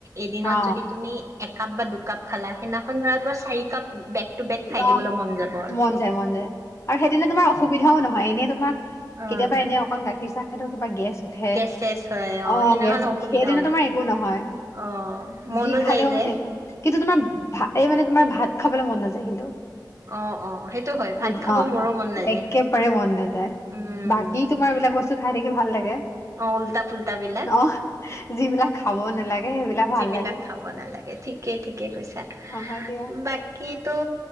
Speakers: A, on the right; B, on the left.
A: এদিনত
B: অ
A: যদি তুমি একাপ বা দুকাপ খালা সেইদিনাখন ধৰা তোমাৰ চাৰি কাপ বেক টু বেক খাই
B: অহ,
A: দিবলৈ মন যাব আৰু
B: মন যায় মন যায় আৰু সেইদিনা তোমাৰ অসুবিধাও নহয় এনেই তোমাৰ
A: অ'।
B: কেতিয়াবা এনে অকণ গাখীৰ চাহ সেইটো কিবা গেছ উঠে,
A: গেছ চেছ হয় অ'
B: অঁ
A: সেইদিনাখন
B: গেছ
A: অসুবিধাও
B: সেইদিনা তোমাৰ একো নহয়,
A: অ' মনো
B: যি খালেও
A: যায় যে
B: মানে একো কিন্তু তোমাৰ ভাত এই মানে তোমাৰ ভাত খাবলৈ মন নাযায় কিন্তু
A: অ', অ', সেইটো হয় ভাত
B: অহ,
A: খাব মোৰো মন নাযায়।
B: একেবাৰে মন নাযায়
A: উম,
B: বাকী তোমাৰ এইবিলাক বস্তু খাই থাকিব ভাল লাগে
A: অঁ, ওল্টা পোল্টা বিলাক,
B: অ যিবিলাক খাব নালাগে সেইবিলাক
A: যিবিলাক
B: ভাল লাগে
A: খাব নালাগে ঠিকেই ঠিকেই কৈছা,
B: অ হয় দিয়া
A: বাকী কিটো